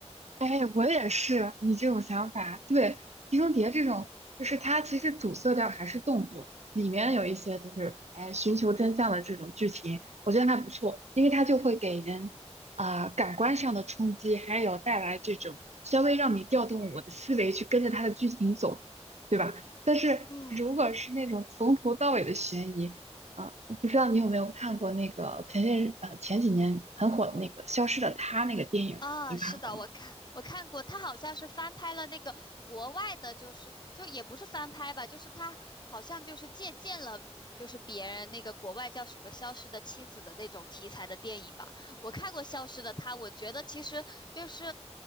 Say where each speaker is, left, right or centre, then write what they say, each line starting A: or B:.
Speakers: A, on the right; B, on the left.
A: 哎，我也是你这种想法。对，《碟中谍》这种，就是它其实主色调还是动作，里面有一些就是哎寻求真相的这种剧情，我觉得还不错，因为它就会给人啊、感官上的冲击，还有带来这种稍微让你调动我的思维去跟着它的剧情走，对吧？但是如果是那种从头到尾的悬疑，
B: 嗯
A: 啊、我不知道你有没有看过那个前些日呃前几年很火的那个《消失的她》那个电影，
B: 啊，
A: 你看过吗？
B: 是的，我看我看过，他好像是翻拍了那个国外的，就是就也不是翻拍吧，就是他好像就是借鉴了就是别人那个国外叫什么《消失的妻子》的那种题材的电影吧。我看过《消失的她》，我觉得其实就是